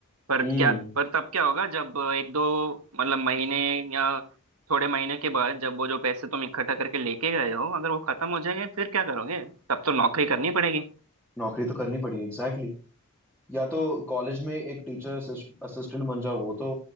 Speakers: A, on the right; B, in the centre.
A: पर
B: हम्म
A: क्या पर तब क्या होगा जब एक दो मतलब महीने या थोड़े महीने के बाद जब वो जो पैसे तुम इकट्ठा करके लेके गए हो अगर वो खत्म हो जाएंगे फिर क्या करोगे तब तो नौकरी करनी पड़ेगी
B: नौकरी तो करनी पड़ी एग्जैक्टली exactly. या तो कॉलेज में एक टीचर असिस्टेंट बन जाओ वो तो